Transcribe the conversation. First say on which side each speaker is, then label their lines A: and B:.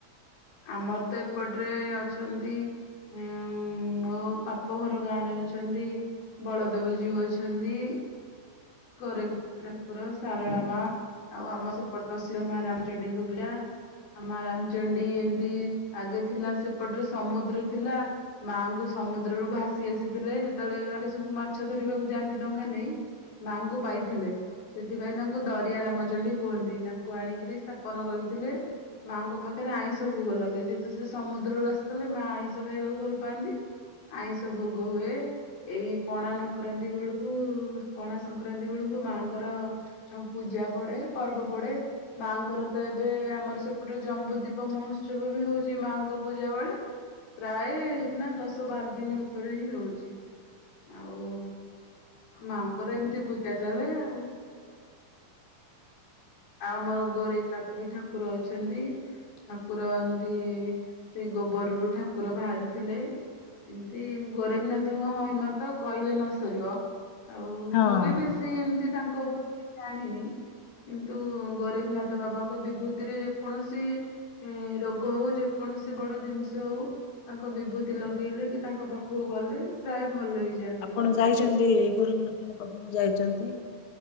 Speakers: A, on the left; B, on the left.
A: ଆମର ତ ଏପଟରେ ଅଛନ୍ତି ଉଁ ମୋ ବାପ ଘର ଗାଁରେ ଅଛନ୍ତି। ବଳଦେବ ଯଉ ଅଛନ୍ତି। ଗୋରେ ଠାକୁର ସାରଳା ମା ଆଉ ଆମ ସେପଟ ସିହ ମା ରାମଚଣ୍ଡୀଙ୍କ ପୂଜା <unintelligible> ଆମ ରାମ୍ଚଣ୍ଡି ଏମିତି ଆଗେ ଥିଲା ସେପଟରେ ସମୁଦ୍ର ଥିଲା ମାଙ୍କୁ ସମୁଦ୍ରରୁୁ ଭାସି ଆସିଥିଲେ, ଯେତେବେଳେ ଆଗେ ୟକେ ସବୁ ମାଛ ଧରିବାକୁ ଯାଆନ୍ତି ଡଙ୍ଗା ନେଇ ମାଆଙ୍କୁ ପାଇଥିଲେ। ସେଥିପାଇଁ ତାଙ୍କୁ ଦରିଆ ରାମଚଣ୍ଡୀ କୁହନ୍ତି, ତାଙ୍କୁ ଆଣିକିରି ସ୍ଥାପନ କରିଥିଲେ। ମାଙ୍କ ପାଖରେ ଆଇଁଷ ଭୋଗ ଲାଗେ, ଯେହତୁ ସେ ସମୁଦ୍ରରୁ ଆସିଥିଲେ, ମା ଆଇଁଷ ଖାଇବାକୁ ଭଲ ପାଆନ୍ତି। ଆଇଁଷ ଭୋଗ ହୁଏ, ଏଇ ପଣା ନକ୍ରାନ୍ତି ବେଳକୁ ପଣା ସଂକ୍ରାନ୍ତି ବେଳକୁ, ମାଆଙ୍କର ପୂଜା ପଡେ ପର୍ବ ପଡେ ମାଆଙ୍କର ତ ଏ ଏବେ ଆମର ସେପଟେ ଜମ୍ବୁ ଦୀପ ମହୋତ୍ସବ ବି ହଉଛି ମାଙ୍କ ପୂଜା ବେଳେ ପ୍ରାୟଣା ଦଶ ବାର ଦିନ ଉପରେ ହିଁ ରହୁଛି ଆଉ ମାଆଙ୍କର ଏମିତି ପୂଜା ଚାଲେ ଆଉ। ଆଉ ଆମର ଗୋରନାଥ ବି ଠାକୁର ଅଛନ୍ତି। ଠାକୁର ଏମତି ସେ ଗୋବରରୁ ଠାକୁର ବାହାରିଥିଲେ। ଏମତି ଗୋରେଖନାଥଙ୍କ ମହିମା ତ କହିଲେ ନ ସରିବ ଆଉ
B: ହଁ
A: ମୁଁ ବି ବେଶୀ ଏମତି ତାଙ୍କ ଉପରେ ଜାଣିନି କିନ୍ତ୍ ତୁ ଗୋରେଖନାଥ ବାବାଙ୍କ ବିଭୂତିରେ ଯେକୌଣସି ରୋଗ ହଉ ଯେକୌଣସି ବ ବଡ ଜିନିଷ ହଉ ତାଙ୍କ ବିଭୂତି ଲଗେଇଲେ କି ତାଙ୍କ ପାଖକୁ ଗଲେ ପ୍ରାୟ ଭଲ ହେଇଯାଆନ୍ତି
B: ଆପଣ
A: ଲୋକ।
B: ଯାଇଛନ୍ତି ଗୁରୁନାଥଙ୍କ ପାଖକୁ ଯାଇଛନ୍ତି।